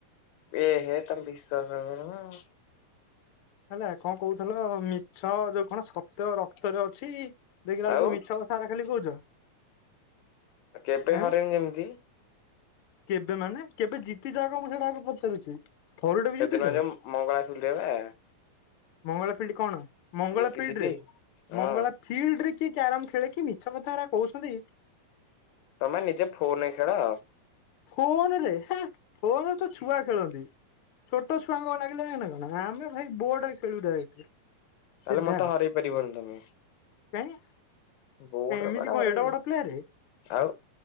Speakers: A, on the left; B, on the left.
A: ଏ ହେ ତମେ ବିଶ୍ୱାସ କରୁନ ଆଉ।
B: ହେଲା କଣ କହୁଥିଲ, ମିଛ ଯୋଉ କଣ ସତ୍ୟ ରକ୍ତରେ ଅଛି। ଦେଖିଲା ବେଳକୁ
A: ଆଉ
B: ମିଛ କଥା ଗୁରା ଖାଲି କହୁଛ।
A: ଆ କେବେ
B: ଆଁ
A: ହରେଇନି ଯେମିତି।
B: କେବେ ମାନେ, କେବେ ଜିତିଚ ଆଗ ମୁଁ ସେଇଟା ଆଗ ପଚାରୁଛି? ଥରୁଟେ ବି
A: ସେଦିନ
B: ଜିତିଛ
A: ଯୋଉ ମଙ୍ଗଳା ଫିଲ୍ଡରେ ବା।
B: ମଙ୍ଗଳା ଫିଲ୍ଡ କଣ, ମଙ୍ଗଳା
A: ଜିତିଥିଲି
B: ଫିଲ୍ଡରେ
A: ହଁ।
B: ମଙ୍ଗଳା ଫିଲ୍ଡ ରେ ଳିକି କ୍ୟାରମ ଖେଳିକି ମିଛ କଥା ଗୁରା କହୁଛନ୍ତି।
A: ତମେ ନିଜେ ଫୋନରେ ଖେଳ।
B: ଫୋନରେ ହେ ଫୋନରେ ତ ଛୁଆ ଖେଳନ୍ତି। ଛୋଟ ଛୁଆଙ୍କ ନାଗିଲା ନା କଣ, ଆମେ ଭାଇ ବୋର୍ଡ ରେ ଖେଳିବୁ ଡାଇରେକ୍ଟ।
A: ତାହେଲେ
B: ସିଧା
A: ମତେ ହରେଇ ପାରିବନି ତମେ।
B: କାଇଁ।
A: ବୋର୍ଡରେ
B: ଏମିତି
A: କୁଆଡେ
B: କଣ
A: ହରେଇବୁ
B: ଏଡେ ବଡ ପ୍ଲେୟରେ
A: ଆଉ